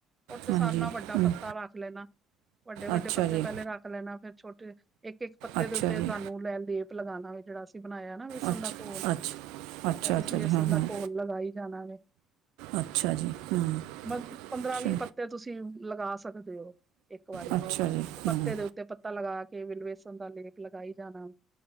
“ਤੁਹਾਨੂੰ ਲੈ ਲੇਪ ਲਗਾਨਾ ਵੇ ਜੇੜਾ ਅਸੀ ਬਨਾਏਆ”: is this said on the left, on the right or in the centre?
Right